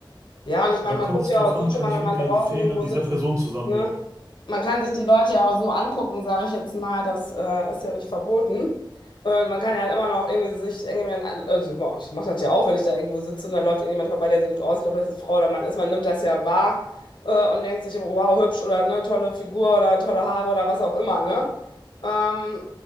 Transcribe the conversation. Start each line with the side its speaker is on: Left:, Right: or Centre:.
Left: Ja, und ich
Right: Dann
Left: meine, man
Right: kommt
Left: guckt
Right: es
Left: ja
Right: drauf
Left: auch
Right: an,
Left: so schon
Right: kann
Left: mal,
Right: ich
Left: wenn
Right: mit
Left: man
Right: den
Left: draußen
Right: Fehlern
Left: irgendwo
Right: dieser
Left: sitzt,
Right: Person zusammenleben?
Left: ne? Man kann sich die Leute ja auch so angucken, sage ich jetzt mal, das äh, ist ja nicht verboten. Und man kann ja halt immer noch irgendwie sich irgendwie, also, boah, ich mache das ja auch, wenn ich da irgendwo sitze und da läuft irgendjemand vorbei, der so gut aussieht, ob das jetzt Frau oder Mann ist, man nimmt das ja wahr äh, und denkt sich, wow, hübsch oder ne, tolle Figur oder tolle Haare oder was auch immer, ne? Ähm,